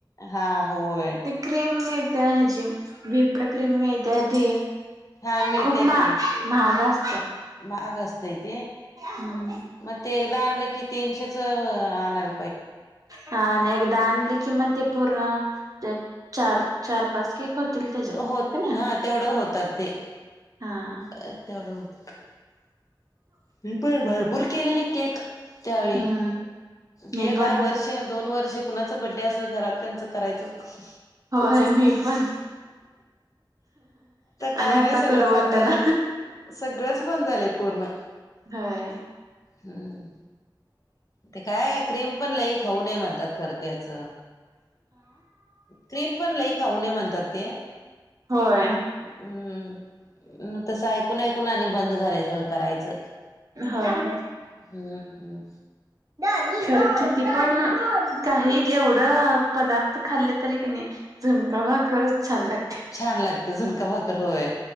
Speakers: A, on the left; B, on the right.
A: हा होय
B: ती क्रीम मिळते हेजी व्हिपडं क्रीम मिळत्या ती
A: हा मिळत्या
B: खूप मा
A: की
B: महाग अस
A: महाग असतय ते.
B: हम्म
A: मग ते एकदा आणलं की तीनशेचं अह आणाल.
B: हा आन एकदा आणली की मग ते पूर्ण च चार चार पाच केक होतील त्याच्यात का
A: होतं
B: नाही
A: हा तेवढं होतात ते.
B: हा
A: अह तेवढ होत. मीपण भरपूर केलेली केक त्यावेळी
B: हम्म मी
A: ते काय
B: पण
A: वर्ष दोन वर्षे कुणाच बर्थडे असलं घरात त्यांचं करायचंच
B: होय मी पण
A: काय
B: आणि आता
A: नाही सगळं
B: करू वाटंना.
A: बंद झालंय सगळंच बंद झालंय पूर्ण.
B: होय.
A: हम्म ते काय क्रीम पण लई खाऊ नये म्हणतात खरं त्याच क्रीम पण लई खाऊ नये म्हणतात ते.
B: होय
A: हम्म हम्म तसं ऐकून ऐकून आणि बंद झालय सगळं. करायचं
B: होय
A: हम्म.
B: खरं किती पण काही एवढ पदार्थ खाल्ले तरी की नाय झुणका भाकरचं छान लाग
A: छान लागते झुणका भाकर होय,